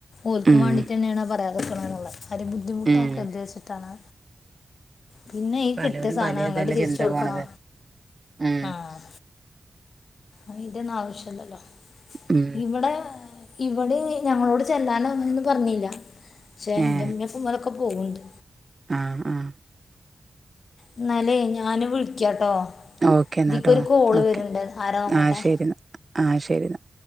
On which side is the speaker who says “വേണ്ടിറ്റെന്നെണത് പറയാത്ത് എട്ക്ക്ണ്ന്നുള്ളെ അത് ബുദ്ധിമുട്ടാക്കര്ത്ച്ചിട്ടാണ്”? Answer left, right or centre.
Left